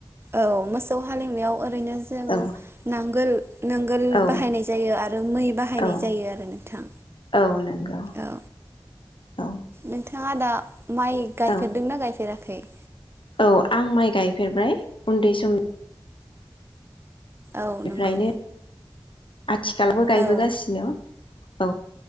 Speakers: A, on the right; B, on the left.
A: औ मा सा खौ हालेवनायाव ओरैनो जों
B: औ
A: नांगोल नांगोल
B: औ
A: बाहायनाय जायो आरो मै बाहायनाय
B: औ
A: जायो आरो नोंथां
B: औ नंगौ
A: औ
B: औ
A: नोंथां। मा दा माइ गायफेरदोंना
B: औ
A: गायफेराखै <inaudible>
B: औ आं माइ गायफेरबायबाय उन्दै समनि
A: औ
B: बेनिफ्रायनो
A: नंगौ
B: आथिखालबो गायबोगासिनो।
A: औ
B: औ।